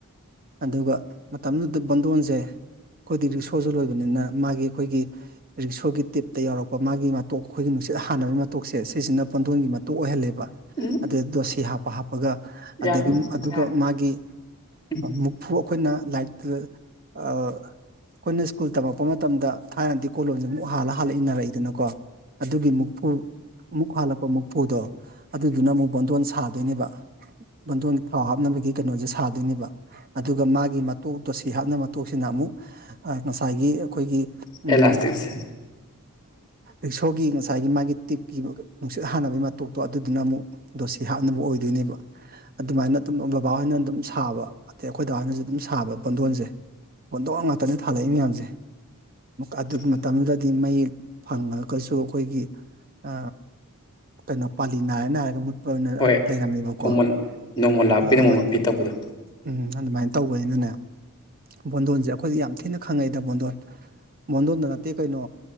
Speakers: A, on the right (about 40°); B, on the left (about 20°).
A: ꯑꯗꯨꯒ ꯃꯇꯝꯗꯨꯗ ꯕꯟꯗꯣꯟꯁꯦ ꯑꯩꯈꯣꯏꯗꯤ ꯔꯤꯁꯣꯁꯨ ꯂꯣꯏꯕꯅꯤꯅ ꯃꯥꯒꯤ ꯑꯩꯈꯣꯏꯒꯤ ꯔꯤꯛꯁꯣꯒꯤ ꯇꯤꯞꯇ ꯌꯥꯎꯔꯛꯄ ꯃꯥꯒꯤ ꯃꯇꯣꯛ ꯑꯩꯈꯣꯏꯒꯤ ꯅꯨꯡꯁꯤꯠ ꯍꯥꯟꯅꯅꯕꯒꯤ ꯃꯇꯣꯛꯁꯦ ꯁꯤꯁꯤꯅ ꯄꯣꯟꯗꯣꯟꯒꯤ ꯃꯇ ꯑꯣꯏꯍꯜꯂꯦꯕ
B: ꯎꯝ
A: ꯑꯗꯨꯗꯣꯁꯤ ꯍꯥꯞꯄ ꯍꯥꯞꯄꯒ ꯑꯗꯒꯤ
B: ꯌꯥꯔꯣꯏ
A: ꯑꯗꯨꯒ
B: ꯌꯥꯔꯦ
A: ꯃꯥꯒꯤ
B: ꯎꯝ
A: ꯃꯨꯛꯐꯨ ꯑꯩꯈꯣꯏꯅ ꯂꯥꯏꯔꯤꯛꯇ ꯑꯩꯈꯣꯏꯅ ꯁ꯭ꯀꯨꯜ ꯇꯝꯃꯛꯄ ꯃꯇꯝꯗ ꯊꯥꯏꯅꯗꯤ ꯀꯣꯂꯣꯝꯁꯦ ꯑꯃꯨꯛ ꯍꯥꯜꯂ ꯍꯜꯂ ꯏꯟꯅꯔꯛꯏꯗꯅꯀꯣ ꯑꯗꯨꯒꯤ ꯃꯨꯛꯐꯨ ꯃꯨꯛ ꯍꯥꯜꯂꯛꯄ ꯃꯨꯛꯄꯨꯗꯣ ꯑꯗꯨꯗꯨꯅ ꯑꯃꯨꯛ ꯕꯣꯟꯗꯣꯟ ꯁꯥꯗꯣꯏꯅꯦꯕ ꯕꯟꯗꯣꯟ ꯊꯥꯎ ꯍꯥꯞꯅꯕꯒꯤ ꯀꯩꯅꯣꯁꯦ ꯁꯥꯗꯣꯏꯅꯦꯕ ꯑꯗꯨꯒ ꯃꯥꯒꯤ ꯃꯇꯣꯛꯇꯣ ꯁꯤ ꯍꯥꯞꯅꯕ ꯃꯇꯣꯛꯁꯤꯅ ꯑꯃꯨꯛ ꯉꯁꯥꯏꯒꯤ ꯑꯩꯈꯣꯏꯒꯤ ꯎꯝ
B: ꯑꯦꯂꯥꯁꯇꯤꯛ ꯑꯁꯦ
A: ꯔꯤꯛꯁꯣꯒꯤ ꯉꯁꯥꯏꯒꯤ ꯃꯥꯒꯤ ꯇꯤꯞꯀꯤ ꯅꯨꯡꯁꯤꯠ ꯍꯥꯟꯅꯕꯒꯤ ꯃꯇꯣꯛꯇꯣ ꯑꯗꯨꯗꯨꯅ ꯑꯃꯨꯛ ꯑꯣ ꯁꯤ ꯍꯥꯞꯅꯕ ꯑꯣꯏꯗꯣꯏꯅꯦꯕ ꯑꯗꯨꯃꯥꯏꯅ ꯑꯗꯨꯝ ꯕꯕꯥꯍꯣꯏꯅ ꯑꯗꯨꯝ ꯁꯥꯕ ꯑꯗꯩ ꯑꯩꯈꯣꯏ ꯗꯥꯍꯣꯏꯅꯁꯨ ꯑꯗꯨꯝ ꯁꯥꯕ ꯕꯣꯟꯗꯣꯟꯁꯦ ꯕꯣꯟꯗꯣꯟ ꯉꯥꯛꯇꯅꯦ ꯊꯥꯜꯂꯛꯏ ꯃꯌꯥꯝꯁꯦ ꯑꯗꯨ
B: ꯎꯝ
A: ꯃꯇꯝꯗꯨꯗꯗꯤ ꯃꯩ ꯐꯪꯉꯒꯁꯨ ꯑꯩꯈꯣꯏꯒꯤ ꯑ ꯀꯩꯅꯣ ꯄꯥꯂꯤ ꯅꯥꯏꯔ ꯅꯥꯏꯔꯒ ꯃꯨꯠ ꯑꯣꯏꯅ
B: ꯍꯣꯏ
A: ꯂꯩꯔꯝꯃꯦꯕꯀꯣ
B: ꯅꯣꯡꯃ ꯅꯣꯡꯃ ꯂꯥꯛꯄꯤ
A: ꯑꯗꯨ ꯑꯗꯨꯃꯥꯏꯅ
B: ꯅꯣꯡꯃ ꯃꯄꯤ ꯇꯧꯕꯗꯣ
A: ꯎꯝ ꯑꯗꯨꯃꯥꯏꯅ ꯇꯧꯕꯅꯤꯅꯅꯦ ꯕꯣꯟꯗꯣꯟꯁꯦ ꯑꯩꯈꯣꯏꯗꯤ ꯌꯥꯝ ꯊꯤꯅ ꯈꯪꯉꯛꯏꯗ ꯕꯣꯟꯗꯣꯟ ꯕꯣꯟꯗꯣꯟꯗ ꯅꯠꯇꯦ ꯀꯩꯅꯣ